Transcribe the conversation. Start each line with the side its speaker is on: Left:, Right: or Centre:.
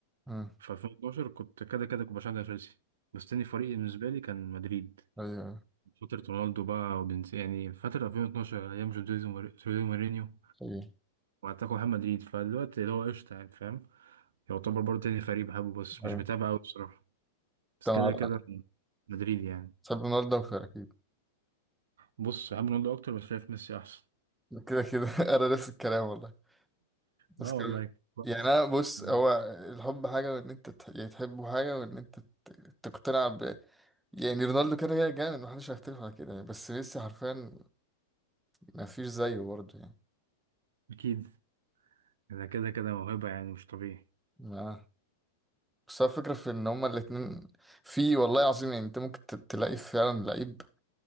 Centre: مم.
Right: في 2012 كنت كده كده كنت بشجع تشيلسي بس تاني فريق بالنسبة لي كان مدريد
Centre: ايوه
Right: فترة رونالدو بقى وبنز يعني فترة 2012 أيام جوزيه مور- جوزيه مورينيو
Centre: ايوه
Right: وأتاكو محمد مدريد فدلوقتي اللي هو قشطة يعني فاهم يعتبر برضه تاني فريق بحبه بس
Centre: ايوه
Right: مش بتابعه أوي بصراحة بس
Centre: انت
Right: كده
Centre: مع-
Right: كده مدريد يعني
Centre: تحب رونالدو اكتر اكيد
Right: بص بحب رونالدو أكتر بس شايف ميسي أحسن
Centre: كده كده <laughs> انا نفس الكلام والله
Right: اه
Centre: بس كده
Right: والله كويس
Centre: يعني انا بص
Right: مم.
Centre: هو الحب حاجه وان انت تح- يعني تحبه حاجه وان انت ت- تقتنع يعني رونالدو كده كده جامد محدش هيختلف على كده يعني بس ميسي حرفيا مفيش زيه برضه يعني
Right: اكيد انا كده كده موهبه يعني مش طبيعي
Centre: ما بس هو الفكرة في إن هما الاتنين في والله العظيم يعني أنت ممكن ت- تلاقي فعلا لعيب